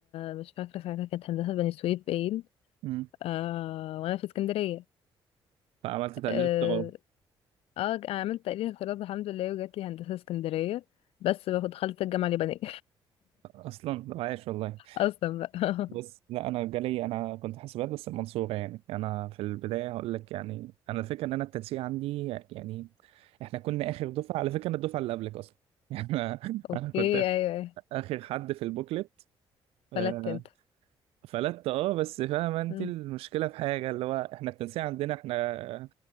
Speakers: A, on the left; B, on the right.
A: مش فاكرة ساعتها كانت هندسة بني سويف باين
B: مم.
A: آه وأنا في اسكندرية
B: فعملت تعديل
A: اه,
B: اختراع
A: آه عملت تقليل اغتراب الحمد لله وجات لي هندسة اسكندرية بس بقى دخلت الجامعة اليابانية
B: اصلا طب عايش والله
A: <laughs> أصلا بقى
B: بس لا انا جالي انا كنت حاسبات بس المنصوره يعني انا في البدايه هقول لك يعني انا الفكره ان انا التنسيق عندي يعني احنا كنا اخر دفعه على فكره انا الدفعه اللي قبلك اصلا <laughs> يعني انا
A: <laughs> أوكي
B: أنا كنت
A: أيوه أيوه
B: اخر حد في البوكلت آه،
A: فلت أنت
B: فلت اه بس فاهمه انت
A: مم.
B: المشكله في حاجه اللي هو احنا التنسيق عندنا احنا